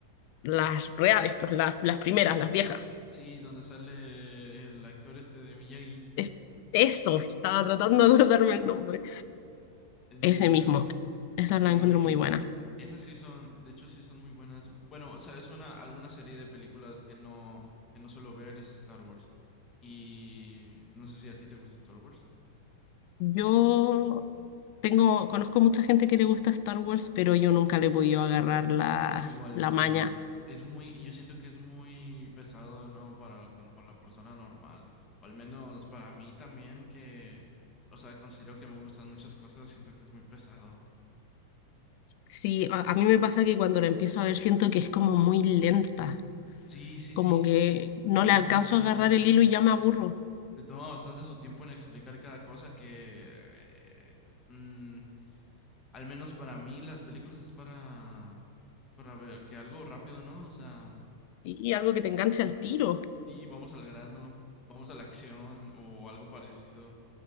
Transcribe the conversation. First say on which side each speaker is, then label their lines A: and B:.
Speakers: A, on the left (about 45°); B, on the left (about 20°).
A: las reales, pues las, las primeras, las viejas.
B: Sí, donde sale el actor este de Miyagi.
A: Es, eso, estaba tratando de acordarme el nombre.
B: Entiendo.
A: Ese mismo. Esa
B: Sí,
A: la encuentro muy buena.
B: esas sí son, de hecho sí son muy buenas. Bueno, sabes una alguna serie de películas que no que no suelo ver es Star Wars. Y no sé si a ti te gusta Star Wars.
A: Yo tengo, conozco mucha gente que le gusta Star Wars, pero yo nunca le he podido agarrar la,
B: Igualmente.
A: la maña.
B: Es muy, yo siento que es muy pesado, ¿no? Para, como para la persona normal. O al menos para mí también, que, o sea, considero que me gustan muchas cosas, siento que es muy pesado.
A: Sí, a, a mí me pasa que cuando la empiezo a ver siento que es como muy lenta,
B: Sí, sí,
A: como
B: sí.
A: que no
B: Se toma
A: le alcanzo
B: bastante.
A: a agarrar el hilo y ya me aburro.
B: Se toma bastante su tiempo en explicar cada cosa que... eh, mm, al menos para mí las películas es para... pues, Para ver que algo rápido, ¿no? O sea,
A: Y, algo que te enganche al tiro.
B: sí, vamos al grano, vamos a la acción o algo parecido.